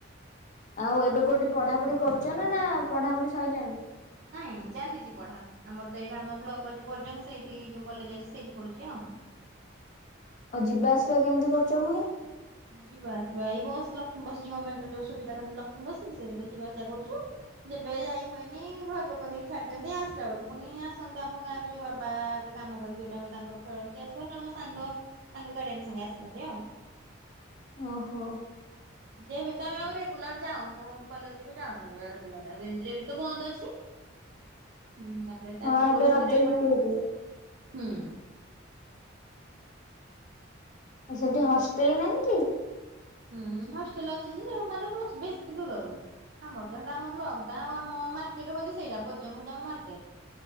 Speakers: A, on the left (about 40°); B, on the right (about 55°).
A: ଆଉ ଏବେ କୋଉଠି ପଢା ପଢି କରୁଛ ନା ନା ପଢାପଢି ସରିଲାଣି?
B: ନାଇଁ ଚାଲିଛି ପଢା ଆମର ତ ଏଇଠା ଆମ ବ୍ଲକ ଅଛି ପର୍ଯ୍ୟଙ୍ଗ ସେଇଠି ଯୋଉ କଲେଜ ଅଛି ସେଇଠି ପଢୁଛି ଆଉ।
A: ଆଉ ଯିବା ଆସିବା କେମିତି କରୁଛ ପୁଣି।
B: ଯିବା ଆସିବା ଏଇ ବସ୍ ଲଷ୍ମୀ ବସ ଗମେଣ୍ଟ ର ଯୋଉ ସୁବିଧା କରୁନିକିଲଷ୍ମୀ ବସ ସେଇଥିରେ ଯିବା ଆସିବା କରୁଛୁ।। ଯେବେ ଯାଇ ହୁଏନି ଘର ଲୋକ ନେଇକି ଛାଡି ଦିନ୍ତି ଆସିଲା ବେଳକୁ ପୁଣି ଆସନ୍ତି ଆମ ଗାଁ ର ଯୋଉ ବାବା କାମ କରିକି ଯୋଉ ଟାଇମ ରେ ତାଙ୍କର ଫେରନ୍ତି ଆସିବ ନହେଲେ ମୋ ସାଙ୍ଗ ତାଙ୍କ ଗାଡିଆନ ସାଙ୍ଗେ ଆସୁ ଭାରି ଆଉ।
A: ଓହୋ।
B: ଯେବେ ତ ଆମେ ଆଉ ରେଗୁଲାର ଯାଉନୁ କଲେଜ ଏବେ ଯାଉନୁରେଗୁଲାର ଏ ଏମିତି ରେ ବି ତ ବନ୍ଦ ଅଛି।
A: <unintelligible>
B: ହୁଁ ତାପରେ ତା
A: ହଁ
B: ପୂର୍ବରୁ
A: ଏବେ
B: ଘରେ
A: ରଜ
B: ଏପଟ
A: ଛୁଟି ହେଇଥିବ।
B: ସେପଟହୁଁ।
A: ଆଉ ସେଠି ହଷ୍ଟେଲ ନାହିଁ କି?
B: ହୁଁ ହଷ୍ଟେଲ ଅଛି ଯୋଉ ମାନେ ବେଶୀ ଦୂରରୁ ଆମର ତ ସେଟା ଆମ ବ୍ଲକ ଟା ଆଉ ଆମ ମାର୍କେଟ ହଉଛି ସେଇଟା ପର୍ଯ୍ୟଙ୍ଗ ହେଉଛି ଆମ ମାରକେଟ୍।